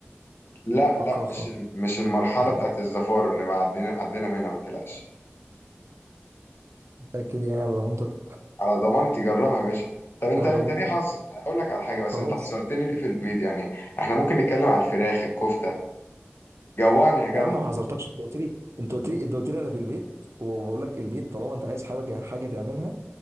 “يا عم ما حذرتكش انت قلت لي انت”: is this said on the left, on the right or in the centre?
Right